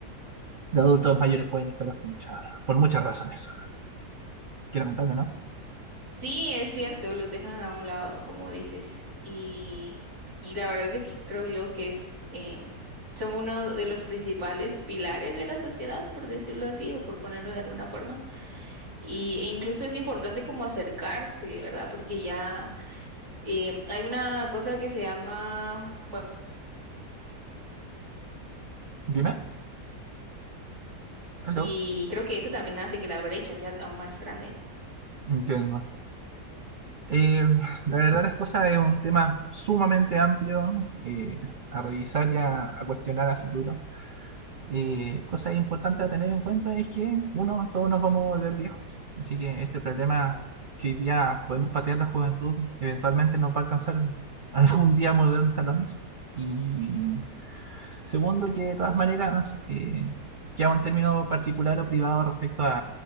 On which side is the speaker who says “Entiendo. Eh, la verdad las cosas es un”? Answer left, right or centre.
Right